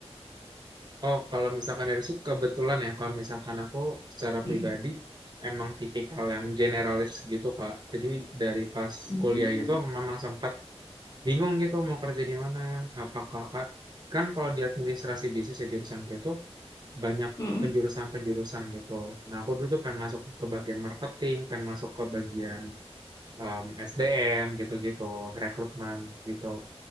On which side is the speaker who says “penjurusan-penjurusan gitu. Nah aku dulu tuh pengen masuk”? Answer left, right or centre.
Right